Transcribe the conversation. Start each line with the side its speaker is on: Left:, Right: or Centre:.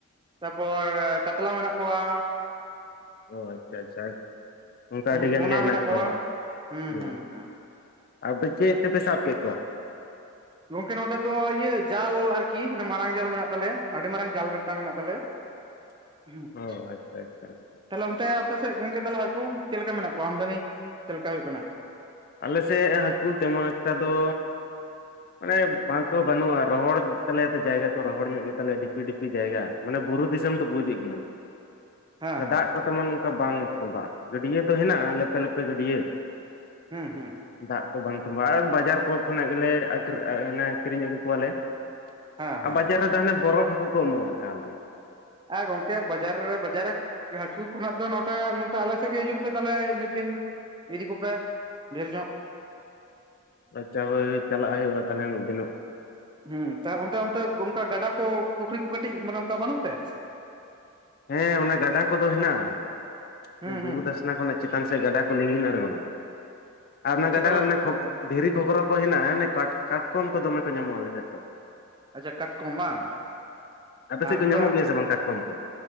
Right: ᱦᱳᱭ ᱦᱳᱭ ᱠᱟᱛᱞᱟ ᱢᱮᱱᱟᱜ ᱠᱚᱣᱟ ᱾
Left: ᱚ ᱟᱪᱪᱷᱟ ᱟᱪᱪᱷᱟ, ᱚᱱᱠᱟ
Right: ᱯᱚᱱᱟ
Left: ᱟᱹᱰᱤ ᱜᱟᱱ ᱜᱮ ᱦᱮᱱᱟᱜ
Right: ᱢᱮᱱᱟᱜ ᱠᱚᱣᱟ
Left: ᱠᱚ,
Right: ᱦᱩᱸ
Left: ᱦᱮᱸ
Right: ᱦᱩᱸ ᱦᱩᱸ
Left: ᱟᱫᱚ ᱪᱮᱫ ᱛᱮᱯᱮ ᱥᱟᱵ ᱠᱮᱫ ᱠᱚᱣᱟ?
Right: ᱜᱚᱝᱠᱮ ᱱᱚᱰᱮ ᱫᱚ ᱤᱭᱟᱹ ᱡᱟᱞ ᱟᱨᱠᱤ ᱢᱟᱨᱟᱝ ᱡᱟᱞ ᱢᱮᱱᱟᱜ ᱛᱟᱞᱮᱭᱟ, ᱟᱹᱰᱤ ᱢᱟᱨᱟᱝ ᱡᱟᱞ ᱢᱤᱫ ᱴᱟᱝ ᱢᱮᱱᱟᱜ ᱛᱟᱞᱮᱭᱟ ᱾
Left: <inaudible>
Right: <unintelligible>
Left: ᱚ ᱟᱪᱪᱷᱟ ᱟᱪᱪᱷᱟ
Right: ᱛᱟᱦᱞᱮ ᱚᱱᱛᱮ ᱟᱯᱮ ᱥᱮᱫ ᱜᱚᱢᱠᱮ ᱛᱟᱞᱮ ᱦᱟᱹᱠᱩ ᱪᱮᱫ ᱞᱮᱠᱟ ᱢᱮᱱᱟᱜ ᱠᱚᱣᱟ ᱟᱢᱫᱟᱱᱤ ᱪᱮᱫ ᱞᱮᱠᱟ ᱦᱩᱭᱩᱜ ᱠᱟᱱᱟ᱾
Left: ᱟᱞᱮᱥᱮᱫ ᱦᱟᱹᱠᱩ ᱛᱮᱢᱚᱱ ᱮᱠᱴᱟ ᱫᱚ, ᱢᱟᱱᱮ ᱵᱟᱸᱫ ᱠᱚ ᱵᱟᱹᱱᱩᱜᱼᱟ, ᱨᱚᱦᱚᱲ ᱛᱟᱞᱮᱭᱟ ᱡᱟᱭᱜᱟ ᱠᱚ ᱨᱚᱦᱚᱲ ᱧᱚᱜ ᱜᱮᱛᱟᱞᱮᱭᱟ ᱰᱷᱤᱯᱤ ᱰᱷᱤᱯᱤ ᱡᱟᱭᱜᱟ ᱾ ᱢᱟᱱᱮ ᱵᱩᱨᱩ ᱫᱤᱥᱚᱢ ᱛᱚ ᱵᱩᱡᱮᱫ ᱜᱮᱭᱟᱢ,
Right: ᱦᱮᱸ
Left: <unintelligible>
Right: ᱦᱮᱸ
Left: ᱛᱮᱢᱚᱱ ᱚᱱᱠᱟ ᱵᱟᱝ ᱛᱚᱸᱵᱟᱜᱼᱟ, ᱜᱟᱹᱰᱭᱟᱹ ᱫᱚ ᱦᱮᱱᱟᱜᱼᱟ, ᱞᱮᱯᱮ ᱞᱮᱯᱮ ᱜᱟᱹᱰᱭᱟᱹ ᱾
Right: ᱦᱩᱸ ᱦᱩᱸ
Left: ᱫᱟᱜ ᱠᱚ ᱵᱟᱝ ᱛᱚᱵᱟᱜᱼᱟ ᱟᱨ ᱵᱟᱡᱟᱨ ᱠᱚ ᱠᱷᱚᱱᱟᱜ ᱜᱮᱞᱮ ᱠᱤᱨᱤᱧ ᱟᱹᱜᱩ ᱠᱚᱣᱟᱞᱮ ᱾
Right: ᱦᱮᱸ
Left: ᱟ
Right: ᱦᱮᱸ
Left: ᱵᱟᱡᱟᱨ
Right: ᱦᱮᱸ
Left: ᱨᱮᱫᱚ ᱦᱟᱱᱮ ᱵᱚᱨᱯᱷ ᱦᱟᱠᱩ ᱠᱚ ᱮᱢᱚᱜᱼᱟ ᱮᱠᱟᱞ ᱜᱮ᱾
Right: ᱮ ᱜᱚᱝᱠᱮ ᱵᱟᱡᱟᱨ ᱨᱮ ᱵᱟᱡᱟᱨᱮ ᱠᱮ ᱦᱟᱹᱠᱩ ᱠᱷᱚᱱᱟᱜ ᱫᱚ ᱱᱚᱛᱮ, ᱱᱚᱛᱮ ᱟᱞᱮ ᱥᱮᱜ ᱜᱮ ᱦᱤᱡᱩᱜ ᱯᱮ ᱛᱟᱞᱮ ᱢᱤᱫ ᱫᱤᱱ᱾ ᱤᱫᱤ ᱠᱚᱯᱮ ᱰᱷᱮᱨ ᱧᱚᱜ᱾
Left: ᱟᱪᱪᱷᱟ ᱦᱩᱭ ᱦᱳᱭ ᱪᱟᱞᱟᱜ ᱦᱩᱭᱩᱜᱼᱟ ᱛᱟᱞᱦᱮ ᱢᱤᱫ ᱫᱤᱱᱚᱜ᱾
Right: ᱦᱩᱸ ᱛᱟᱦᱮᱱ ᱚᱱᱛᱮ ᱚᱱᱛᱮ ᱚᱝᱠᱟ ᱜᱟᱰᱟ ᱠᱚ ᱯᱩᱠᱷᱨᱤ ᱠᱚ ᱠᱟᱹᱴᱤᱡ ᱢᱟᱱᱮ ᱚᱝᱠᱟ ᱵᱟᱹᱱᱩᱜ ᱛᱮ?
Left: ᱦᱮᱸ ᱚᱱᱟ ᱜᱟᱰᱟ ᱠᱚᱫᱚ ᱦᱮᱱᱟᱜᱼᱟ᱾
Right: ᱦᱩᱸ
Left: ᱚᱱᱟ ᱵᱩᱨᱩ
Right: ᱦᱩᱸ
Left: ᱫᱷᱟᱥᱱᱟ ᱠᱷᱚᱱᱟᱜ ᱪᱮᱛᱟᱱ ᱥᱮᱜ ᱜᱟᱰᱟ ᱠᱚ ᱞᱤᱸᱜᱤᱱ ᱟᱬᱜᱚᱱᱟ ᱟᱨ ᱚᱱᱟ
Right: ᱟᱪᱪᱷᱟ
Left: ᱜᱟᱰᱟ
Right: ᱛᱟᱦᱞᱮ
Left: ᱠᱷᱚ ᱫᱷᱤᱨᱤ ᱠᱷᱚᱠᱨᱚ ᱠᱚ ᱦᱮᱱᱟᱜᱼᱟ, ᱚᱱᱮ ᱠᱟᱴ ᱠᱟᱴᱠᱚᱢ ᱠᱚ ᱫᱚᱢᱮ ᱠᱚ ᱧᱟᱢᱚᱜᱼᱟ ᱟᱞᱮᱥᱮᱜ ᱫᱚ᱾
Right: ᱟᱪᱪᱷᱟ ᱠᱟᱴᱠᱚᱢ ᱢᱟ
Left: ᱟᱯᱮ
Right: ᱟ
Left: ᱥᱮᱫ ᱠᱚ
Right: ᱚᱝᱠᱟ
Left: ᱧᱟᱢᱚᱜ ᱜᱮᱭᱟ ᱥᱮ ᱵᱟᱝ ᱠᱟᱴᱠᱚᱢ ᱠᱚ